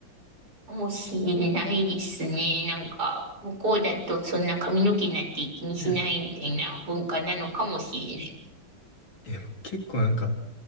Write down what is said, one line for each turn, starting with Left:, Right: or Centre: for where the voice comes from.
Right: かもしれないですね。なんか、向こうだとそんな髪の毛なんて気にしないみたいな文化なのかもしれない。
Left: うん。いや、結構なんか、